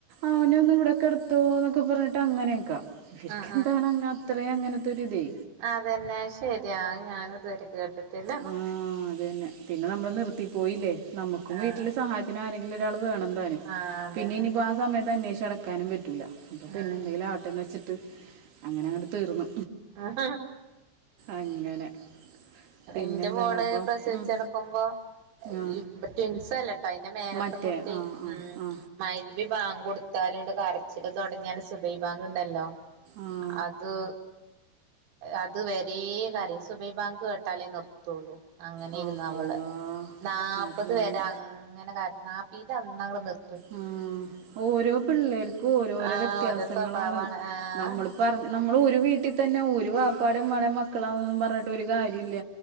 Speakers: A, on the right (about 60°); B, on the right (about 85°).
A: അവനെ ഒന്നു ഇവിടെ ക്കെട തോന്നൊക്കെ പറഞ്ഞിട്ട് അങ്ങനെയൊക്കെ ഇവർക്ക്ന്താണെ
B: ഉം
A: അത്രയും അങ്ങനത്തെ ഒരിതേ
B: അതെന്നെ ശെരിയാ ഞാനും ഇതുവരെ കേട്ടിട്ടില്ല
A: ആ അത് തന്നെ പിന്നെ നമ്മൾ
B: ഉം
A: നിർത്തി പോയില്ലേ നമ്മുക്കും
B: ആഹ്
A: വീട്ടിൽ സഹായ പിന്നെ ആരെങ്കിലു ഒരാൾ വേണംതാനും
B: ആഹ് അതന്നെ
A: പിന്നെ ഇനിയിപ്പോ ആഹ് സമയത്ത് അന്വേഷിച്ച് നടക്കാനും പറ്റൂല അപ്പൊ പിന്നെ
B: ആഹ്
A: എന്തെങ്കിലും ആട്ടേന്ന് വെച്ചിട്ട് അങ്ങനെ അങ്ങട് തീർന്ന്
B: ആഹ
A: അങ്ങനെ പിന്നെന്താണ്
B: ഇന്റെ മോള്
A: അപ്പം
B: പ്രസവിച്ച്
A: ഉം.
B: കടക്കുമ്പോ
A: ആ
B: ഇപ്പം ട്വിൻസല്ലട്ടോ അയിന്റെ മേലത്തെ
A: മറ്റേ
B: കുട്ടി
A: ആ ആ
B: ഉം
A: ആ
B: മഅരിബി ബാങ്ക് ങ്കൊടുത്താൽ ഇണ്ട് കരച്ചില് തുടങ്ങിയാല് സുബൈഹി ബാങ്കുണ്ടല്ലോ
A: ആഹ്
B: അത് അത് വരേ കരയും സുബൈഹി ബാങ്ക് കേട്ടാലേ നിർത്തുള്ളൂ അങ്ങനാരുന്നു
A: ആ അല്ലല്ല
B: അവള് നാല്പത്
A: അതാണ്
B: വരെ അങ്ങനെ കര നാപ്പീന്റന്നവള് നിർ
A: ആഹ് ഓരോ പിള്ളേർക്കും ഓരോരോ
B: ആഹ്
A: വ്യത്യാസങ്ങളാണ്
B: ഓരോ സ്വഭാവാണ് ആഹ്
A: നമ്മളിപ പറഞ്ഞ നമ്മൾ ഒരു വീട്ടിൽ തന്നെ ഒരു വപ്പാടെം ഉമ്മാടേംമക്കളാണെന്നൊന്നും പറഞ്ഞിട്ട് ഒരു കാര്യല്ല